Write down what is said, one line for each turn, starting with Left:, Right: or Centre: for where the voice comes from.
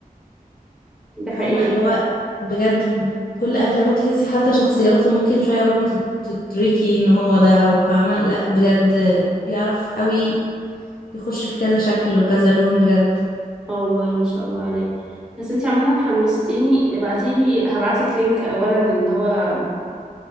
Centre: ده
Left: فاهمه
Centre: حقيقي
Left: اللي هو
Centre: فعلا.
Left: بجد كل افلامه تحسي حتى شخصياته ممكن شويه قبل ما تت- تتركي ان هو ده او فاهمه لا بجد بيعرف قوي يخش في كذا شكل وكذا لون بجد
Centre: اه والله ما شاء الله عليك بس انتي عمالة حمستيني ابعتيلي هبعتلك لينك اولا اللي هو